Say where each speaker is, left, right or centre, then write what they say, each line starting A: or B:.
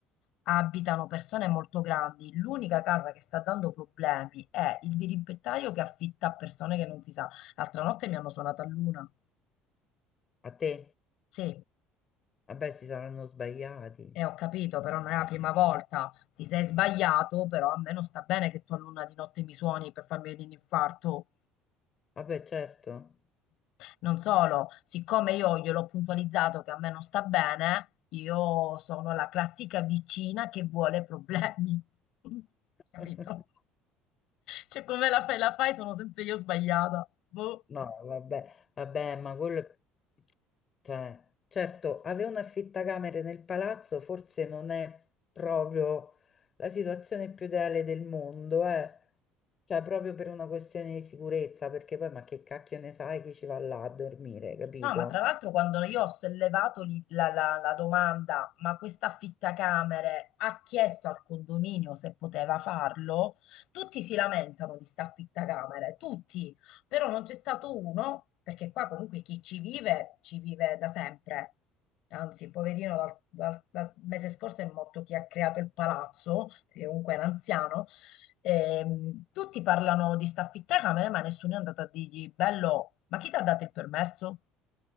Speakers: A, on the left (about 65°); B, on the left (about 40°).
A: abitano persone molto grandi. L'unica casa che sta dando problemi è il dirimpettaio che affitta a persone che non si sa. L'altra notte mi hanno suonato a luna.
B: A te?
A: Sì,
B: Vabbè, si saranno sbagliati.
A: e ho capito, però non è la prima volta. Ti sei sbagliato, però a me non sta bene che tu a luna di notte mi suoni per farmi venire un infarto.
B: Vabbè, certo.
A: Non solo, siccome io gliel'ho puntualizzato che a me non sta bene, io sono la classica vicina che vuole problemi. <laughs> Capito?
B: <laughs>
A: Cioè, come la fai, la fai, sono sempre io sbagliata. Boh.
B: No, vabbè, vabbè, ma quello, è- cioè, certo, avere un affittacamere nel palazzo forse non è proprio la situazione più ideale del mondo, eh. Cioè, proprio per una questione di sicurezza, perché poi, ma che cacchio ne sai chi ci va là a dormire, capito?
A: No, ma tra l'altro quando io ho sollevato lì la, la- la domanda, ma questa affittacamere ha chiesto al condominio se poteva farlo, tutti si lamentano di sta affittacamere, tutti, però non c'è stato uno, perché qua comunque chi ci vive, ci vive da sempre. Anzi, poverino, dal, dal- dal mese scorso è morto chi ha creato il palazzo, che comunque era anziano. Ehm, tutti parlano di sta affittacamere, ma nessuno è andato a dirgli, bello, ma chi ti ha dato il permesso?